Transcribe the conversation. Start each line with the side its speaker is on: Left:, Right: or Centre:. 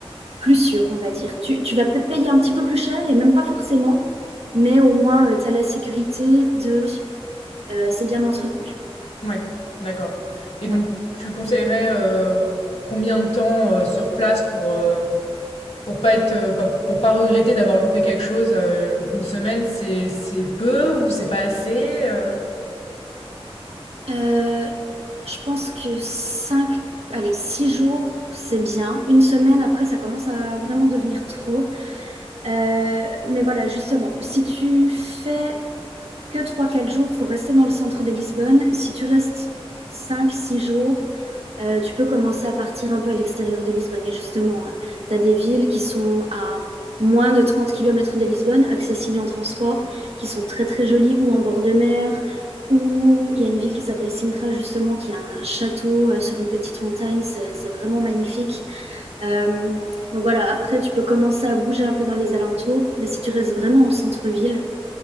Right: plus sûr, on va dire. Tu, tu vas peut-être payer un petit peu plus cher et même pas forcément, mais au moins, tu as la sécurité de euh, c'est bien entretenu.
Left: Ouais, d'accord. Et
Right: Ouais.
Left: donc, tu conseillerais euh, combien de temps euh, sur place pour, euh, pour pas être, euh, pas- pour pas regretter d'avoir loupé quelque chose? euh, une semaine, c'est, c'est peu ou c'est pas assez? euh
Right: Euh, je pense que 5, allez, 6 jours, c'est bien. Une semaine, après, ça commence à vraiment devenir trop. Euh, mais voilà, justement, si tu fais que trois 4 jours, il faut rester dans le centre de Lisbonne. Si tu restes cinq, six jours, euh, tu peux commencer à partir un peu à l'extérieur de Lisbonne. Et justement, euh, tu as des villes qui sont à moins de 30 kilomètres de Lisbonne, accessibles en transport, qui sont très très jolies, ou en bord de mer, ou il y a une ville qui s'appelle Sintra, justement, qui a un château euh, sur une petite montagne, c'est c'est vraiment magnifique. Euh, donc voilà, après, tu peux commencer à bouger un peu dans les alentours, mais si tu restes vraiment en centre-ville,